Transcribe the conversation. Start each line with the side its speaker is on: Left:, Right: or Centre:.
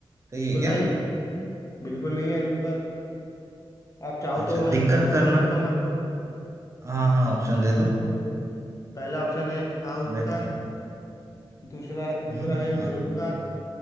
Right: सही
Left: बिल्कुल
Right: है
Left: नहीं
Right: क्या
Left: बिल्कुल नहीं है अनुपकार आप चाहो
Right: अच्छा
Left: तो मैं
Right: दिक्कत
Left: ऑप्शन
Right: करना
Left: दे सकता हूँ आपको
Right: हाँ हाँ ऑप्शन दे दो
Left: पहला ऑप्शन है आउपकार
Right: मैं
Left: दूसरा दूसरा
Right: हम्म
Left: है निरुपकार
Right: आप